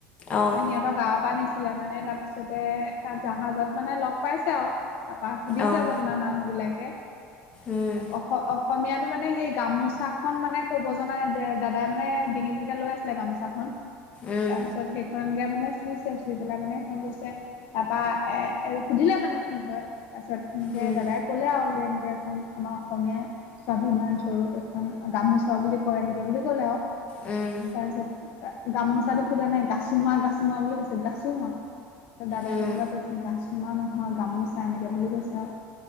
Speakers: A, on the left (about 30°); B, on the left (about 60°).
A: অঁ
B: এ সিহঁতৰ গাঁৱপা নিছিলে মানে তাৰপিছতে তাত জাহাজত মানে লগ পাইছে আৱ। তাপা সুধিছে
A: অঁ
B: যেনিবা মানুহ বিলাকে, অ
A: উম
B: অস অহ অসমীয়াটো মানে সেই গামোচা খন মানে ক'ব জনা নাই। দে দাদাই মানে ডিঙিত এনেকে লৈ আছিলে গামোচা খন।
A: উম
B: তাৰপিছত সেইখন এনেকে মানে চুইছে চুই পেলাই মানে সেইখন কৈছে তাপা এ এ সুধিলে মানে কি হয়? তাৰপিছত এনেকে
A: উম
B: দাদাই ক'লে আৱ যে এনেকে এখন আমা অসমীয়া স্বাভিমান স্বৰূপ এখন গামোচা বুলি কয় এনেকে বুলি ক'লে আৱ।
A: উম।
B: তাৰপিছত গামোচাটো ফুটা নাই গাছোমা গাছোমা বুলি কৈছে গাছোমা। দাদাই
A: উম
B: যেনিবা কৈছে গাছোমা নহয় গামোচা এনেকে বুলি কৈছ চা,